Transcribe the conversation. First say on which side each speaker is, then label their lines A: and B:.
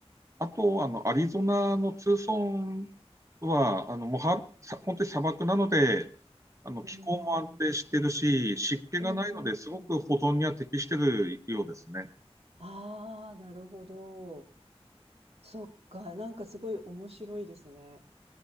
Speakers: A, on the right; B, on the right.
A: あと、あの、アリゾナのツーソンは、あの、もうは、さ本当に砂漠なので、あの、
B: うーん、
A: 気候も安定してるし、湿気がないのですごく保存には適してるようですね。
B: うん、うん。ああ、なるほど。そっか、なんかすごい面白いですね。